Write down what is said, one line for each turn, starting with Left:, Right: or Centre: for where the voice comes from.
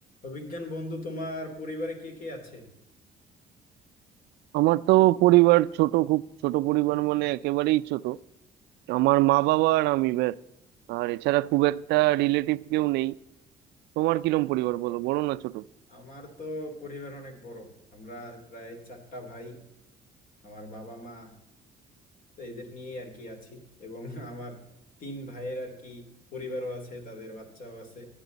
Left: অভিজ্ঞান বন্ধু তোমার পরিবারে কে কে আছে
Right: আমার তো পরিবার ছোট খুব ছোট পরিবার মানে একেবারেই ছোট আমার মা বাবা আর আমি ব্যাস আর এছাড়া খুব একটা রিলেটিভ কেউ নেই তোমার কিরম পরিবার বলো বড় না ছোট
Left: আমার তো পরিবার অনেক বড় আমরা প্রায় চারটা ভাই আমার বাবা মা তো এদের নিয়েই আর কি আছি এবং আমার তিন ভাইয়ের আর কি পরিবারও আছে তাদের বাচ্চাও আছে